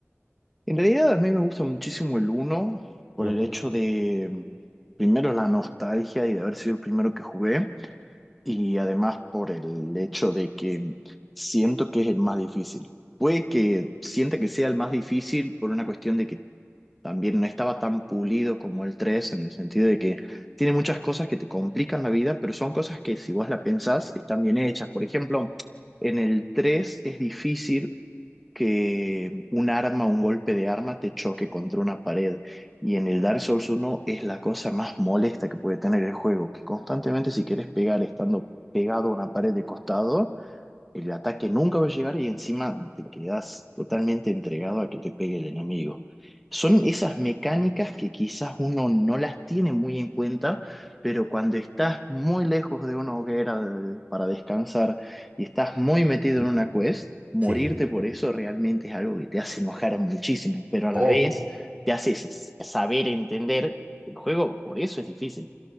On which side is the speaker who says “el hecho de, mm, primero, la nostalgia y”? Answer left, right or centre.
Centre